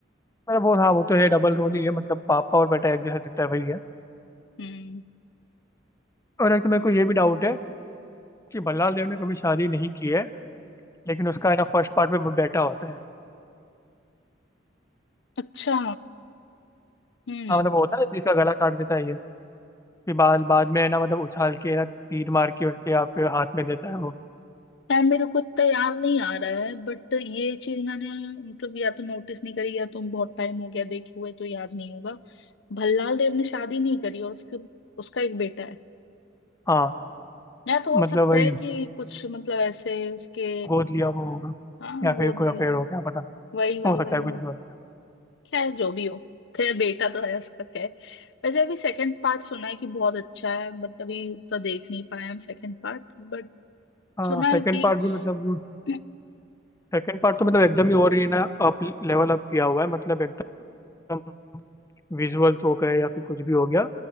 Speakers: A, on the left; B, on the left.
A: मतलब वो हाँ वो तो है डबल रोल ही है मतलब पापा और बेटा एक जैसा दिखता है वही है
B: हम्म
A: और एक तो मेरे को ये भी डाउट है कि भल्लाल देव ने कभी शादी नहीं की है लेकिन उसका है ना फर्स्ट पार्ट में वो बेटा होता है
B: अच्छा हम्म
A: हाँ मतलब वो होता है जिसका गला काट देता है ये फिर बाद बाद में है ना मतलब उछाल के है ना तीर मार के उसके आप हाथ में देता है वो
B: यार मेरे को इतना याद नहीं आ रहा है बट ये चीज मैंने मतलब या तो नोटिस नहीं करी या तो बहुत टाइम हो गया देखे हुए तो याद नहीं होगा भल्लाल देव ने शादी नहीं करी और उसके उसका एक बेटा है
A: हाँ
B: या तो हो
A: मतलब
B: सकता
A: वही
B: है कि कुछ मतलब ऐसे उसके
A: गोद लिया वो होगा
B: हाँ
A: या
B: गोद
A: फिर
B: लिया
A: कोई अफेयर
B: हो
A: हो क्या पता
B: वही वही
A: हो सकता
B: वही
A: है कुछ
B: हो
A: भी हो।
B: खैर जो भी हो खैर बेटा तो है उसका खैर वैसे अभी सेकंड पार्ट सुना है कि बहुत अच्छा है बट अभी तो देख नहीं पाए हम सेकंड पार्ट बट
A: हाँ
B: सुना
A: सेकंड
B: है कि
A: पार्ट भी मतलब
B: <clears throat>
A: सेकंड पार्ट तो मतलब एकदम ही और ही ना अप लेवल अप किया हुआ है मतलब एकदम विजुअल्स हो गए या फिर कुछ भी हो गया